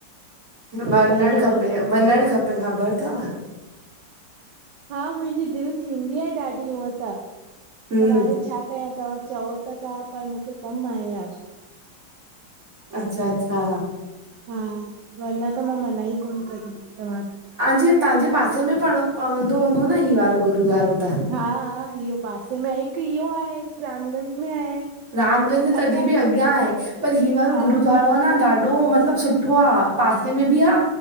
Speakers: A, on the right; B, on the right.
A: सही
B: वञणु
A: ॻाल्हि आहे
B: खपे-
A: उहा त
B: वञणु खपे। त ख़बर थव
A: हा मुंहिंजी दिल थींदी आहे ॾाढी ऊअं त।
B: हम
A: पर हाणे छा कयां, तव्हां चओ त ता पर मूंखे कमु आहे यार।
B: अच्छा- अच्छा!
A: हा धरना त मां मना ई कोन कंन तव्हांखे।
B: तहांजे, तहांजे पासे में प पवंदो हूंदो न ही वारो गुरुूद्वारो त?
A: हा हा इयो पासे में आहे, हिकु इहो आहे, गं। हिकु रामगंज में आहे
B: रामगंज तॾहिं
A: असां
B: बि अॻियां आहे पर हीउ वारो
A: हा
B: गुरुद्वारो आ न ॾाढो मतिलबु
A: पासे
B: सुठो
A: में
B: आ। पासे में बि आ